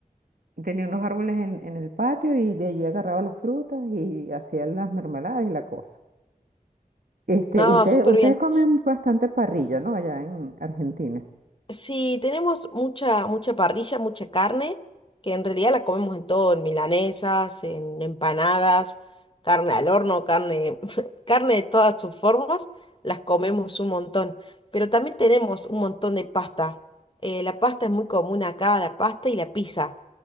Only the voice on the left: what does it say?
no,
súper
bien.
Sí, tenemos mucha, mucha parrilla, mucha carne, que en realidad la comemos en todo, en milanesas, en empanadas, carne al horno, carne, <laughs> carne de todas sus formas, las comemos un montón. Pero también tenemos un montón de pasta. Eh, la pasta es muy común acá, la pasta y la pizza.